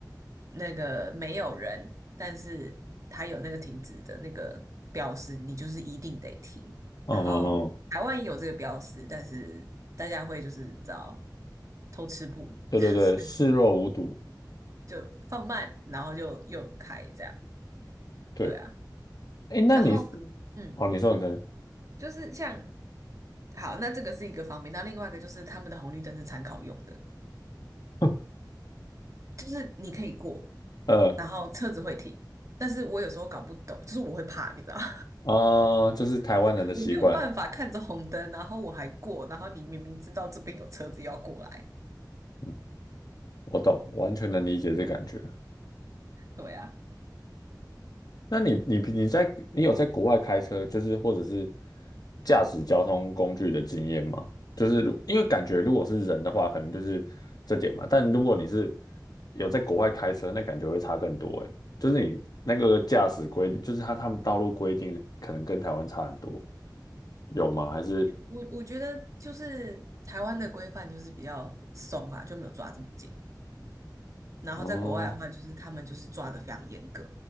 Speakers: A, on the right; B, on the left.
A: 那个没有人，但是他有那个停止的那个标识，你就是一定得停。
B: 嗯嗯哦，
A: 然后台湾也有这个标识，但是大家会就是你知道偷吃不，<laughs>
B: 对对对，
A: 就是
B: 视若无睹。
A: 就放慢，然后就又开这样，
B: 对。
A: 对啊。
B: 哎，
A: 然后嗯，
B: 那你哦，你说你说，
A: 就是像好，那这个是一个方面，那另外一个就是他们的红绿灯是参考用的，
B: <laughs>
A: 就是你可以过。
B: 呃
A: 然后车子会停，但是我有时候搞不懂，就是我会怕，你知道吗，
B: 啊、就是台湾人的习惯，
A: <laughs> 我没有办法看着红灯，然后我还过，然后你明明知道这边有车子要过来，
B: 嗯，我懂，完全能理解这感觉。
A: 对啊，
B: 那你你你在你有在国外开车，就是或者是驾驶交通工具的经验吗？就是如因为感觉如果是人的话，可能就是这点嘛。但如果你是有在国外开车，那感觉会差更多诶，就是你那个驾驶规定，就是他他们道路规定可能跟台湾差很多，有吗？还是
A: 我我觉得就是台湾的规范就是比较松啊，就没有抓这么紧，然后在国外的话，
B: 嗯？哦
A: 就是他们就是抓的非常严格，